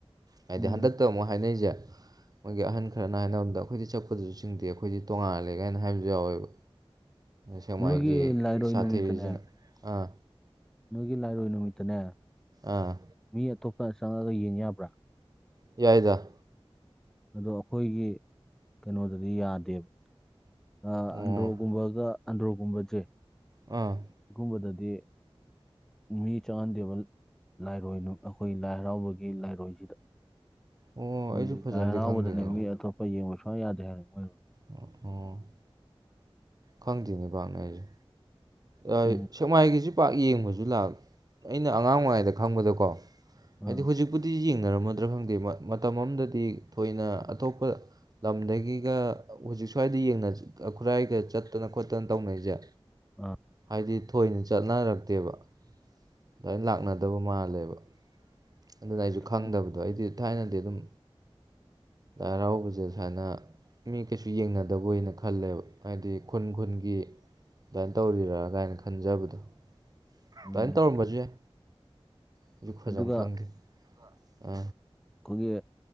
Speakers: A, on the right; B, in the centre.
A: ꯍꯥꯏꯗꯤ
B: ꯎꯝ
A: ꯍꯟꯗꯛꯇ ꯑꯃꯨꯛ ꯍꯥꯏꯅꯔꯤꯁꯦ ꯃꯣꯏꯒꯤ ꯑꯍꯟ ꯈꯔꯅ ꯍꯥꯏꯅꯕ ꯗ ꯑꯩꯈꯣꯏꯗꯤ ꯆꯛꯄꯗꯁꯨ ꯆꯤꯡꯗꯦ ꯑꯩꯈꯣꯏꯗꯤ ꯇꯣꯡꯉꯥꯜꯂꯦ ꯀꯥꯏꯅ ꯍꯥꯏꯕꯁꯨ ꯌꯥꯎꯋꯦꯕ ꯁꯦꯛꯃꯥꯥꯏꯒꯤ
B: ꯅꯣꯏꯒꯤ ꯂꯥꯏꯔꯣꯏ
A: ꯁꯥꯊꯤꯔꯤꯁꯤꯅ
B: ꯅꯨꯃꯤꯠꯇꯅꯦ
A: ꯑꯥ
B: ꯅꯣꯏꯒꯤ ꯂꯥꯏꯔꯣꯏ ꯅꯨꯃꯤꯠꯇꯅꯦ
A: ꯑꯥ
B: ꯃꯤ ꯑꯇꯣꯞꯄ ꯆꯪꯉꯒ ꯌꯦꯡ ꯌꯥꯕ꯭ꯔꯥ
A: ꯌꯥꯏꯗ
B: ꯑꯗꯣ ꯑꯩꯈꯣꯏꯒꯤ ꯀꯩꯅꯣꯗꯗꯤ ꯌꯥꯗꯦꯕ ꯑ
A: ꯑꯣ
B: ꯑꯟꯗ꯭ꯔꯣ ꯀꯨꯝꯕꯒ ꯑꯟꯗ꯭ꯔꯣꯒꯨꯝꯕꯁꯦ
A: ꯑꯥ
B: ꯁꯤꯒꯨꯝꯕꯗꯗꯤ ꯃꯤ ꯆꯪꯍꯟꯗꯦꯕ ꯂꯥꯏꯔꯣꯏ ꯑꯩꯈꯣꯏ ꯂꯥꯏ ꯍꯔꯥꯎꯕꯒꯤ ꯂꯥꯏꯔꯣꯏꯁꯤꯗ
A: ꯑꯣ
B: ꯃꯣꯏ
A: ꯑꯩꯁꯨ ꯐꯖꯅꯗꯤ
B: ꯂꯥꯏ ꯍꯔꯥꯎꯕꯗꯅꯦ
A: ꯈꯪꯗꯦꯅꯦ
B: ꯃꯤ ꯑꯇꯣꯞꯄ ꯌꯦꯡꯕ ꯁꯨꯡꯌꯥ ꯌꯥꯗꯦ ꯍꯥꯏꯕꯅꯦ ꯃꯣꯏ
A: ꯑꯣ ꯑꯣ ꯈꯪꯗꯦꯅꯦ ꯄꯥꯛꯅ ꯑꯩꯁꯦ ꯑ
B: ꯎꯝ
A: ꯁꯦꯛꯃꯥꯏꯒꯤꯁꯤ ꯄꯥꯛ ꯌꯦꯡꯕꯁꯨ ꯂꯥꯛ ꯑꯩꯅ ꯑꯉꯥꯡ ꯑꯣꯏꯔꯤꯉꯩꯗ ꯈꯪꯕꯗꯀꯣ ꯍꯥꯏꯗꯤ
B: ꯑꯥ
A: ꯍꯧꯖꯤꯛꯄꯨꯗꯤ ꯌꯦꯡꯅꯔꯝꯃꯗ꯭ꯔꯥ ꯈꯪꯗꯦ ꯃ ꯃꯇꯝ ꯑꯃꯗꯗꯤ ꯊꯣꯏꯅ ꯑꯇꯣꯞꯄ ꯂꯝꯗꯒꯤꯒ ꯍꯧꯖꯤꯛ ꯁ꯭ꯋꯥꯏꯗ ꯌꯦꯡꯅ ꯈꯨꯔꯥꯏꯒ ꯆꯠꯇꯅ ꯈꯣꯠꯇꯅ ꯇꯧꯅꯩꯖꯦ
B: ꯑ
A: ꯍꯥꯏꯗꯤ ꯊꯣꯏꯅ ꯆꯠꯅꯔꯛꯇꯦꯕ ꯑꯗꯨꯃꯥꯏ ꯂꯥꯛꯅꯗꯕ ꯃꯥꯜꯂꯦꯕ ꯑꯗꯨꯅ ꯑꯩꯁꯨ ꯈꯪꯗꯕꯗꯣ
B: ꯑꯟ-
A: ꯑꯩꯗꯤ ꯊꯥꯏꯅꯗꯤ ꯑꯗꯨꯝ ꯂꯥꯏ ꯍꯔꯥꯎꯕꯁꯦ ꯁꯨꯃꯥꯏꯅ ꯃꯤ ꯀꯩꯁꯨ ꯌꯦꯡꯅꯗꯕꯣꯏꯅ ꯈꯜꯂꯦꯕ ꯍꯥꯏꯗꯤ ꯈꯨꯟ ꯈꯨꯟꯒꯤ ꯑꯗꯨꯃꯥꯏꯅ ꯇꯧꯔꯤꯔ ꯑꯗꯨꯥꯏꯅ ꯈꯟꯖꯕꯗꯣ ꯑꯗꯨꯃꯥꯏꯅ
B: ꯎꯝ
A: ꯇꯧꯔꯝꯕꯁꯨ ꯌꯥꯏ ꯑꯩꯖꯨ ꯐꯖꯅ
B: ꯑꯗꯨꯒ
A: ꯈꯪꯗꯦ ꯑ
B: ꯈꯣꯏꯒꯤ